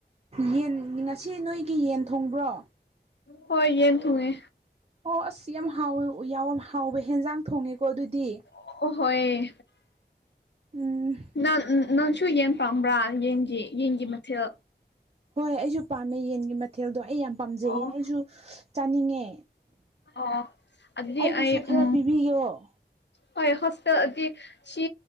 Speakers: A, on the right (about 35°); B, on the left (about 75°).
A: ꯌꯦꯟ ꯉꯁꯤ ꯅꯣꯏꯒꯤ ꯌꯦꯟ ꯊꯣꯡꯕ꯭ꯔꯣ꯫
B: ꯍꯣꯏ ꯌꯦꯟ ꯊꯣꯡꯉꯦ꯫
A: ꯑꯣ ꯑꯁ ꯌꯥꯝ ꯍꯥꯎꯋꯦ <unintelligible> ꯍꯥꯎꯕ ꯍꯦꯟꯖꯥꯡ ꯊꯣꯡꯉꯦꯀꯣ ꯑꯗꯨꯗꯤ꯫
B: ꯑꯣ ꯍꯣꯏ
A: ꯎꯝ꯫
B: ꯅ ꯅꯪꯁꯨ ꯌꯦꯟ ꯄꯥꯝꯕ꯭ꯔꯥ ꯌꯦꯟꯒꯤ ꯌꯦꯟꯒꯤ ꯃꯊꯦꯜ꯫
A: ꯍꯣꯏ ꯑꯩꯁꯨ ꯄꯥꯝꯃꯦ ꯌꯦꯟꯒꯤ ꯃꯊꯦꯜꯗꯣ ꯑꯩ ꯌꯥꯝ ꯄꯥꯝꯖꯩꯌꯦ
B: ꯑꯣ
A: ꯑꯩꯁꯨ ꯆꯥꯅꯤꯡꯉꯦ꯫
B: ꯑꯣ ꯑꯗꯨꯗꯤ
A: ꯑꯩꯕꯨꯁꯨ
B: ꯑꯩ
A: ꯈꯔ
B: ꯎꯝ꯫
A: ꯄꯤꯕꯤꯌꯣ
B: ꯍꯣꯏ ꯍꯣꯁꯇꯦꯜꯗꯤ ꯁꯤ